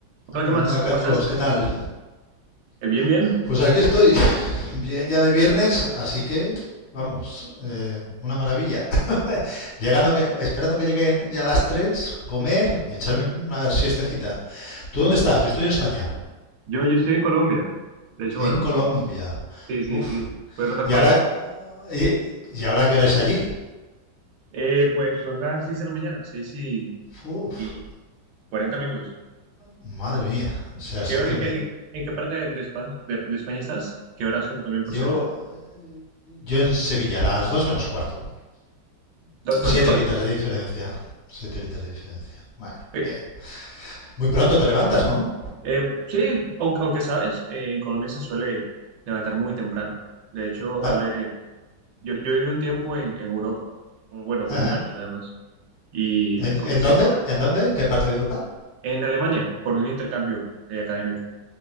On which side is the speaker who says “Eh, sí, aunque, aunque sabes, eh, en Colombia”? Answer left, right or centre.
Right